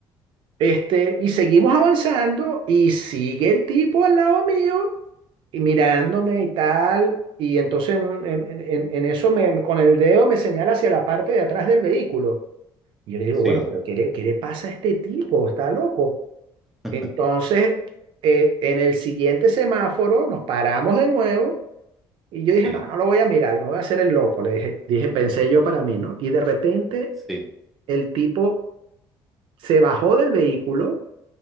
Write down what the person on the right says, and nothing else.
Este, y seguimos avanzando y sigue el tipo al lado mío y mirándome y tal. Y entonces un- en, en- en- en eso me, me- con el dedo me señala hacia la parte de atrás del vehículo. Y yo le digo,
bueno, pero ¿qué le, qué le pasa a este tipo? Está loco.
Entonces, eh, en el siguiente semáforo nos paramos de nuevo y yo dije,
no, no lo voy a mirar, me voy a hacer el loco, le dije, dije, pensé yo para mí, ¿no? Y de repente
el tipo se bajó del vehículo,